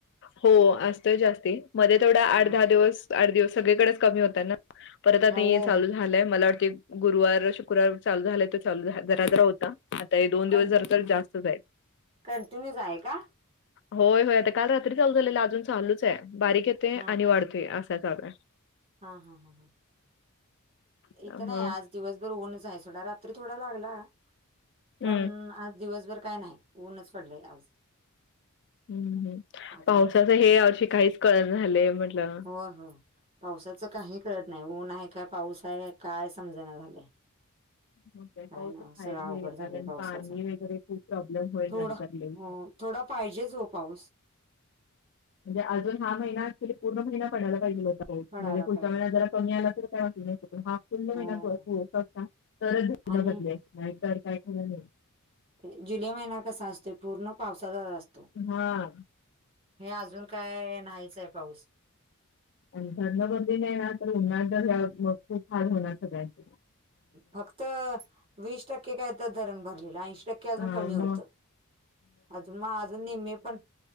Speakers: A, on the left; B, on the right.
A: हो असतोय जास्ती मध्ये थोडा आठ
B: हा
A: दहा दिवस- आठ दिवस सगळीकडेच कमी होतात ना परत आता
B: हो
A: चालू
B: हो
A: झालंय मला वाटतं गुरुवार शुक्रवार चालू झालंय त चालू जरा जरा होता आता हे दोन दिवस
B: कंटि
A: जरा तर जास्तच हाय
B: कंटिन्यूच आहे का?
A: होय होय आता काल रात्री चालू झाले अजून चालूच आहे बारीक येते
B: हा
A: आणि वाढते अस य <unintelligible>
B: हा हा हा हां
A: त्यामुळं
B: इथं नाही आज दिवसभर ऊनच आहे सोडा रात्री थोडा लागला पण
A: हं.
B: आज दिवसभर काय नाही ऊनच पडले आज
A: हम्म
B: आता
A: पावसाचं हे या वर्षी काहीच कळण झालेय म्हटलं
B: हो हो पावसाचं काही कळत नाही ऊन आहे का पाऊस आहे का काय समजना झालंय
A: हो ब
B: काय
A: तर
B: ना
A: फाहिजे
B: सगळं अवघड
A: कारण
B: झालंय पावसाचा
A: पाणी वगैरे खूप प्रॉब्लेम होईल
B: थोडा
A: नंतर ले
B: हो थोडा पाहिजेच हो पाऊस
A: म्हणज अजून हा महिना क्युली पूर्ण महिना पणायला पाहिजे होता
B: पडायला
A: म्हणजे पुढचा
B: पाहिजे
A: महि्या जरा कमी आला नाही ह <unintelligible> प महि
B: हो
A: शता तरच
B: आणि
A: बदले नाही तर काय ठलं नाही <unintelligible>
B: ते जुलै महिना कसा असतो, पूर्ण पावसाचा असतोय.
A: हां,
B: हे अजून काय नाहीच आहे पाऊस.
A: आणि धरण बंदली नाही ना तर उन्हाळ द खूप फार होणार सगळ्यांच <unintelligible>
B: फक्त वीस टक्के काय तर धरण भरलेलं ऐंशी टक्के अजून
A: हा
B: कमी
A: मग
B: होत अजून मग अजून नेहमी पण